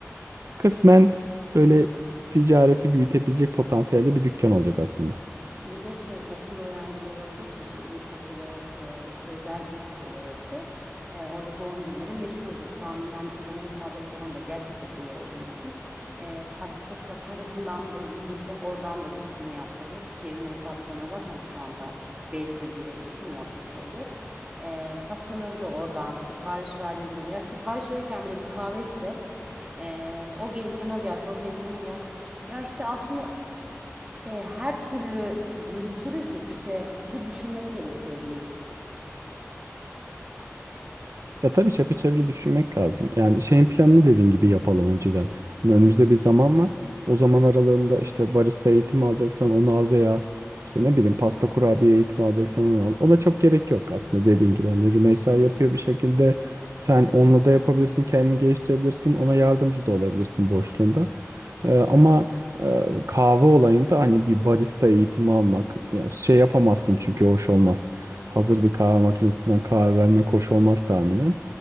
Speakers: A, on the right; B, on the right.
A: kısmen böyle ticareti büyütebilecek potansiyelde bir dükkan olacak aslında.
B: Bir de şey okul öğrencileri olduğu için şimdi ilkokulu e, özel ilkokul orası. E, orada doğum günleri meşhurdur. Tahminen Rümeysa da bu konuda gerçekten iyi olduğu için e, pasta tasarımından da yürürsek oradan da isim yaptırırız ki Rümeysa bu konuda zaten şu anda Beylikdüzü'nde isim yapmış sayılır. E, pastaları da oradan sipariş verdiği durumda. Ya sipariş verirken bile bir kahve içse e, o gelirken o gelse o gelirken o gelse. Ya işte aslında e, her türlü yürütürüz de işte bir düşünmek gerekiyor bunu.
A: Ya tabii çepeçevre düşünmek lazım. Yani şeyin planını dediğin gibi yapalım önceden. Hani önümüzde bir zaman var. O zaman aralığında işte barista eğitimi alacaksan onu al veya işte ne bileyim pasta kurabiye eğitimi alacaksan onu al. Ona çok gerek yok aslında dediğin gibi. Hani Rümeysa yapıyor bir şekilde. Sen onunla da yapabilirsin, kendini geliştirebilirsin. Ona yardımcı da olabilirsin boşluğunda. Ee, ama e, kahve olayında hani bir barista eğitimi almak yani şey yapamazsın çünkü hoş olmaz hazır bir kahve makinesinden kahve vermek hoş olmaz tahminen.